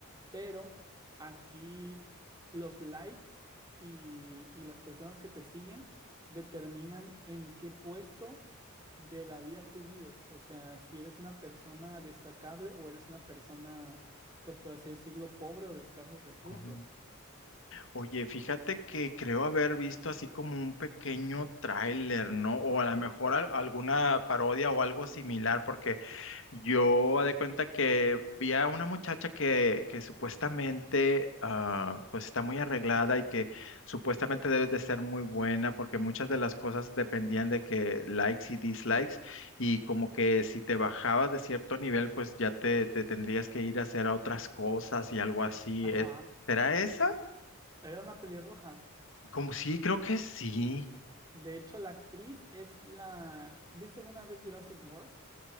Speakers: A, on the right; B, on the left.
A: Pero aquí los likes y, y las personas que te siguen determinan en qué puesto de la vida tú vives. O sea, si eres una persona destacable o eres una persona, pues por así decirlo, pobre o de escasos recursos.
B: Oh. Oye, fíjate que creo haber visto así como un pequeño tráiler, ¿no? O a lo mejor al- alguna parodia o algo similar, porque yo haz de cuenta que vi a una muchacha que, que supuestamente ah, pues está muy arreglada y que supuestamente debe de ser muy buena, porque muchas de las cosas dependían de que likes y dislikes, y como que si te bajabas de cierto nivel, pues ya te, te tendrías que ir a hacer a otras cosas y algo así.
A: Ajá.
B: ¿eh? ¿Será esa?
A: Era una pelirroja.
B: Como sí, creo que sí.
A: De hecho, la actriz es la... ¿Viste alguna vez Jurassic World?